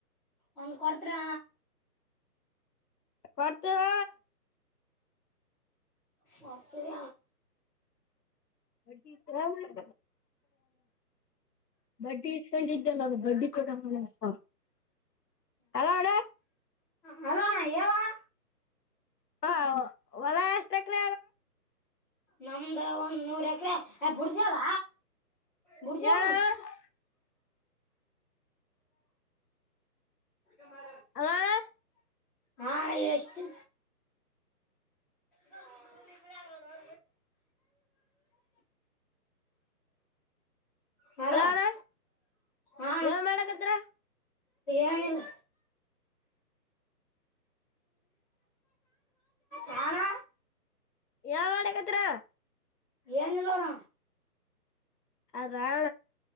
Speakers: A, in the centre; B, on the left.
A: ಒಂದು ಕೊಡ್ತ್ರರ
B: ಕೊಡ್ತ ಹ
A: ಹೊರ್ತರ
B: <inaudible> ಬಡ್ಡಿ ಇಸ್ಕೊಂಡಿದ್ದಲ್ಲ ಅದು ಬಡ್ಡಿ ಕೊಡ ಹಣಸ ಹಲಣ
A: ಹಲೋ ಅಣ್ಣ ಹೇಳಣ್ಣ
B: ಹ ಹೊಲ ಎಷ್ಟಕ್ರ
A: ನಮ್ದು ಒಂದ್ ನೂರ ಎಕರೆ ಬುಡ್ಸಲ್ಲ
B: <inaudible>
A: ಬುಡ್ಸಿ ಹೋಗಣ ಹ
B: ಅಲ್ಲ ಅಣ್ಣ
A: ಹಾ ಎಷ್ಟು ಅವ ಹಲೋ
B: ಅಲ್ಲ ಅಣ್ಣ
A: ಹ
B: ಏನ್ ಮಾಡಕತ್ರ
A: ಏನಿಲ್ಲ ಯಾರ
B: ಯಾವ ಮಾಡಳಗತ್ರ
A: ಏನ್ ಇಲ್ಲೋಣ
B: ಅದಣ